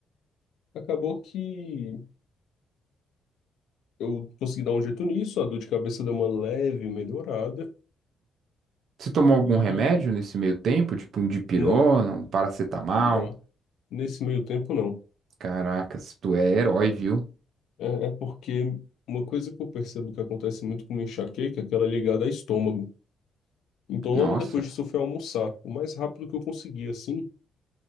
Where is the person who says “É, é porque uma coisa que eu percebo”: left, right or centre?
Left